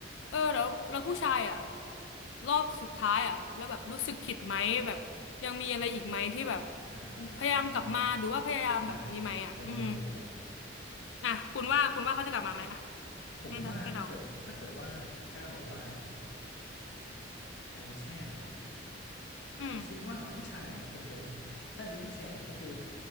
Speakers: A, on the left; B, on the left.
A: เออแล้วแล้วผู้ชายอ่ะรอบสุดท้ายอ่ะแล้วแบบรู้สึกผิดไหมแบบยังมีอะไรอีกไหมที่แบบ
B: อ่า
A: พยายามกลับมาหรือว่าพยายามแบบนี้ไหมอ่ะอืม
B: อ่าอ่าอ่าเออผมอยากรู้เหมือนกัน
A: อ่ะคุณว่าคุณว่าเขาจะกลับมาไหมอ่ะ
B: ผมว่าถ้าเกิดถ้าเกิดว่ากล้าบอกว่า
A: ให้ให้เดา
B: ใจแคบเหรอ
A: อืม
B: คิดว่าผู้ชายอ่ะคงจะแบบถ้าจะไม่แคร์ก็คือ